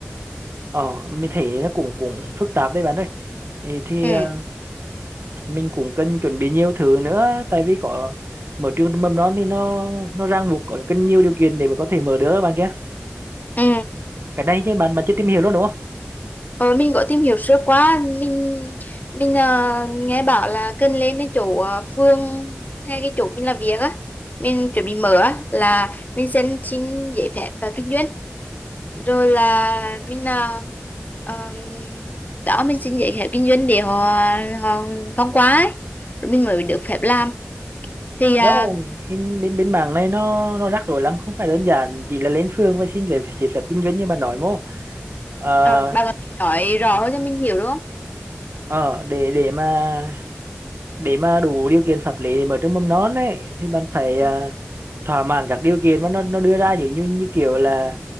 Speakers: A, on the right (about 60°); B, on the left (about 40°).
A: Ờ, mình thấy nó cũng cũng phức tạp đấy bạn ơi. Ý thì
B: Ừ.
A: ờ, mình cũng cần chuẩn bị nhiều thứ nữa, tại vì có mở trường mầm non thì nó nó ràng buộc có cần nhiều điều kiện để mà có thể mở được bạn kia.
B: Ừ.
A: Cái này chứ bạn bạn chưa tìm hiểu luôn đúng không?
B: Ờ, mình có tìm hiểu sơ qua mình mình ờ, nghe bảo là cần lên cái chỗ ờ, phường hay cái chỗ mình làm việc á mình chuẩn bị mở á là mình xin xin giấy phép và kinh doanh rồi là mình là um, đó mình xin giấy phép kinh doanh để họ họ thông qua ấy. Rồi mình mới được phép làm thì
A: Đâu,
B: à,
A: hình bên bên mảng này nó nó rắc rối lắm, không phải đơn giản chỉ là lên phường và xin về giấy phép kinh doanh như bạn nói mô. ờ
B: ờ, bà có thể nói rõ hơn cho mình hiểu đúng không
A: ờ, để để mà để mà đủ điều kiện pháp lý để mở trường mầm non ấy thì bạn phải
B: ừ.
A: ờ, thỏa mãn các điều kiện mà nó nó đưa ra như như như kiểu là